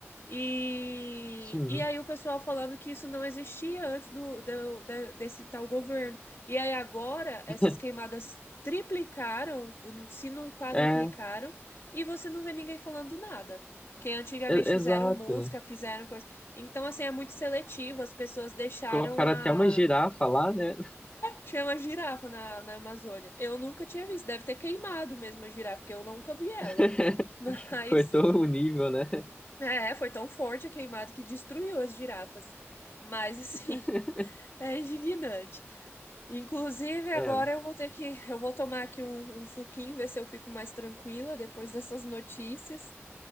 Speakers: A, on the left; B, on the left.
A: E,
B: Sim.
A: e aí o pessoal falando que isso não existia antes do, do- da- desse tal governo. E aí agora essas
B: <laughs>
A: queimadas triplicaram, se não quadriplicaram,
B: É,
A: e você não vê ninguém falando nada. Que antigamente
B: e-
A: fizeram
B: exato.
A: música, fizeram coisa. Então, assim, é muito seletivo. As pessoas deixaram
B: Colocaram
A: a.
B: até uma girafa lá, né?
A: Tinha uma girafa na, na Amazônia. Eu nunca tinha visto. Deve ter queimado mesmo a girafa, porque eu nunca vi ela.
B: <laughs>
A: Mas,
B: Foi todo o nível, né?
A: é, foi tão forte a queimada que destruiu as girafas. Mas, assim,
B: <laughs>
A: <laughs> é indignante. Inclusive, agora
B: É,
A: eu vou ter que, eu vou tomar aqui um, um suquinho, ver se eu fico mais tranquila depois dessas notícias.